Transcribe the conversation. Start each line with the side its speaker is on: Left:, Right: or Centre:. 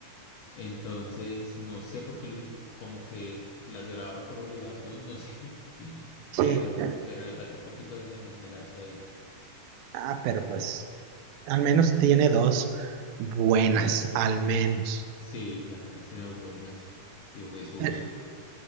Left: Entonces, no sé por qué, lo- como que las grabaron por obligación, no sé, <laughs>
Right: Sí.
Left: pero, pero le falta un poquito de esme- esmerarse ahí.
Right: Ah, pero pues al menos tiene dos buenas, al menos.
Left: Sí, al menos tiene dos buenas, digo Jesús.
Right: Pero,